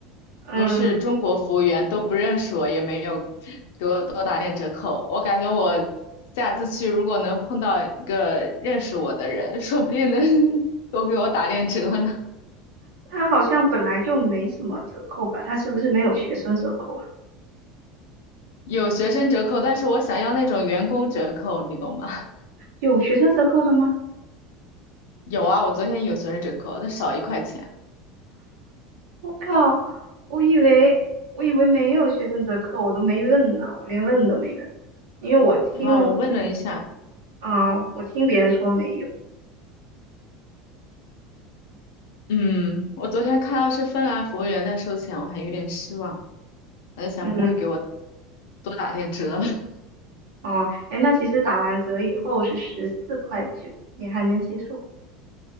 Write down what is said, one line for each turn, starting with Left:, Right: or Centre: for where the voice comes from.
Right: 嗯
Left: 不是中国服务员，都不认识我，也没有给我多打点折扣。我感觉我下次去如果能碰到一个认识我的人，说不定能 <laughs> 多给我打点折呢。
Right: 它好像本来就没什么折扣吧？它是不是没有学生折扣啊？
Left: 有学生折扣，但是我想要那种员工折扣，你懂吧？<laughs>
Right: 有学生折扣的吗？
Left: 有啊，我昨天有学生折扣，但少一块钱
Right: 我靠，我以为我以为没有学生折扣，我都没问呢，我连问都没问，因为我听，
Left: 啊。我问了一下，
Right: 啊，我听别人说没有，
Left: 嗯，我昨天看到是芬兰服务员在收钱，我还有点失望。我在想，
Right: 嗯，
Left: 不会给我多打点折了。<laughs>
Right: 哦，哎，那其实打完折以后是十四块九，也还能接受，